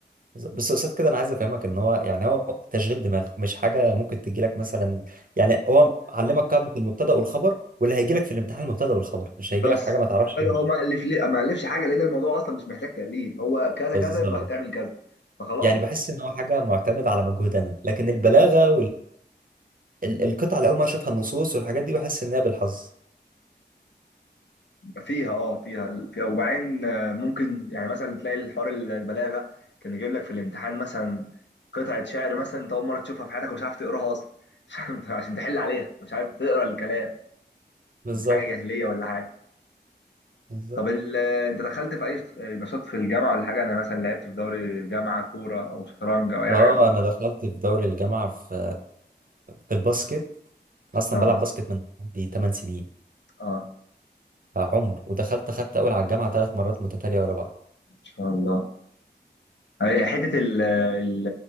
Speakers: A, on the right; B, on the left.
A: بس قصاد كده انا عايز افهمك ان هو يعني هو تشغيل دماغ مش حاجه ممكن تجي لك مثلا يعني هو علمك قاعده المبتدا والخبر واللي هيجي لك في الامتحان المبتدا والخبر مش هيجي
B: بس
A: لك حاجه ما تعرفش
B: اي
A: ايه هي.
B: هو ما الف ليه ما الفش حاجه لان الموضوع اصلا مش محتاج تاليف هو كذا
A: بالظبط
B: كذا يبقى هتعمل كذا فخلاص
A: يعني بحس ان هو حاجه معتمده على مجهود انا لكن البلاغه والقطع اللي اول ما اشوفها النصوص والحاجات دي بحس انها بالحظ
B: فيها اه فيها فيها وبعدين آه، ممكن يعني مثلا تلاقي الحوار البلاغه كان يجيب لك في الامتحان مثلا قطعه شعر مثلا انت اول مره تشوفها في حياتك ومش عارف تقراها اصلا <laughs> عشان عشان تحل عليها مش عارف تقرا الكلام
A: بالظبط
B: من حاجه جاهليه ولا حاجه
A: بالظبط
B: طب ال... انت دخلت في اي نشاط في الجامعه ولا حاجه انا مثلا لعبت في دوري الجامعه كوره او شطرنج او اي
A: اه
B: حاجه
A: انا دخلت في دوري الجامعه في في الباسكت انا اصلا
B: اه
A: بلعب باسكت من عندي 8 سنين
B: اه
A: آه، عمر ودخلت خدت اول على الجامعه ثلاث مرات متتاليه ورا بعض
B: ان شاء الله أي حته ال ال